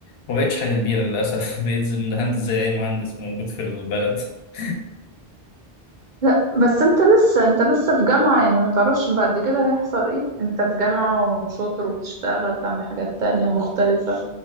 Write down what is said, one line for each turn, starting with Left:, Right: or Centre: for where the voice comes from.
Left: ما بقتش حاجة كبيرة للأسف <laughs> بقيت زي- مهندس زي أي مهندس موجود في البلد <laughs>
Right: لا بس انت لسه انت لسه في جامعة يعني ما تعرفش بعد كده هيحصل ايه انت في جامعة وشاطر وبتشتغل تعمل حاجات تانية مختلفة